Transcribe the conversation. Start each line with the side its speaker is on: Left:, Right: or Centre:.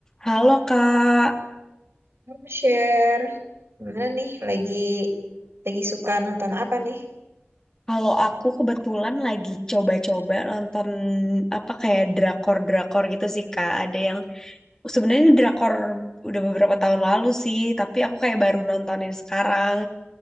Left: Halo Kak,
Right: Mau share. Gimana nih? Lagi lagi suka nonton apa nih?
Left: kalau aku kebetulan lagi coba-coba nonton apa kayak drakor-drakor gitu sih Kak. Ada yang sebenarnya ini drakor udah beberapa tahun lalu sih, tapi aku kayak baru nontonin sekarang.